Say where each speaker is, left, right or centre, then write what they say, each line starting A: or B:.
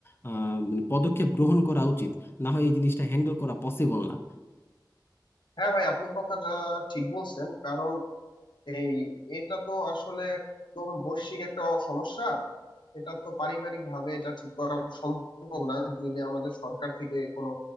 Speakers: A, on the left (about 30°); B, on the left (about 75°).
A: আহ মানে পদক্ষেপ গ্রহণ করা উচিত না হয় এই জিনিসটা হ্যান্ডেল করা পসিবল না
B: হ্যাঁ ভাই আপনি কথাটা ঠিক বলছেন কারণ এই এটা তো আসলে একদম বৈশ্বিক একটা সমস্যা এটা তো পারিবারিক ভাবে এটা ঠিক করা সম্ভব না যদি আমাদের সরকার থেকে কোনো